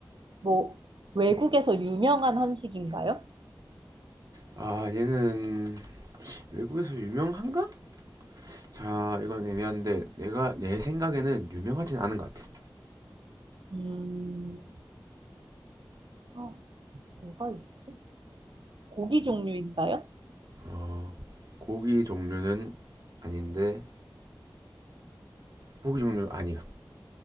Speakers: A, on the right; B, on the right.
A: 뭐, 외국에서 유명한 한식인가요?
B: 아, 얘는 외국에서 유명한가? 자, 이건 애매한데 내가 내 생각에는 유명하진 않은 것 같아.
A: 음, 어, 뭐가 있지? 고기 종류인가요?
B: 어, 고기 종류는 아닌데 고기 종류 아니야.